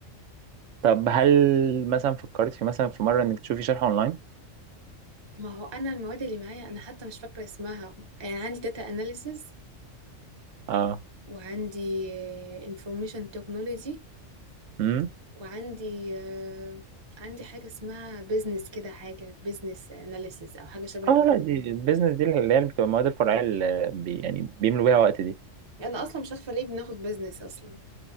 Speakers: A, on the right (about 70°); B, on the right (about 25°).
A: طب هل مثلا فكرت في مثلا في مرة إنك تشوفي شرح أونلاين؟
B: ما هو انا المواد اللي معايا انا حتى مش فاكره اسمها يعني عندي داتا اناليسز
A: اه
B: وعندي انفورميشن تكنولوجي
A: امم
B: وعندي آه، عندي حاجه اسمها بيزنس كده حاجه بيزنس اناليسز او حاجه شبه كده
A: اه لا دي البيزنس دي اللي هي اللي بتبقى المواد الفرعية اللي بي يعني بيملوا بيها وقت دي
B: انا اصلا مش عارفه ليه بناخد بيزنس اصلا